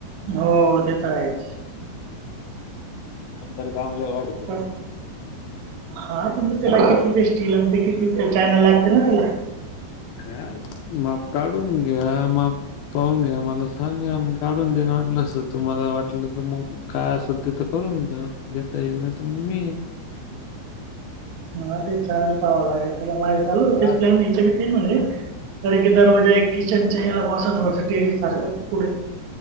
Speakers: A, on the right (about 75°); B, on the left (about 75°).
A: हो, ते तर आहेच.
B: नंतर काम लई वाढल.
A: पण हा पण मग त्याला
B: कामात
A: किती ते स्टील, ते किती चॅनल लागतील ना त्याला.
B: हा माप काढून घ्या, माप पाहून घ्या मला सांगा, म काढून देइन वाटलस तर तुम्हाला वाटलं तर मग. काय असल ते तर करून घ्या, घेता येईल नाही तर मग मी ये
A: ह ते चॅनल पाहावंव लागल त्याला, माझ चाल होत तेच
B: आज
A: प्लॅन <unintelligible> ती म्हणली, कारण की दरवाजा एक किचन याला बसत टेरेस सारखं पुढ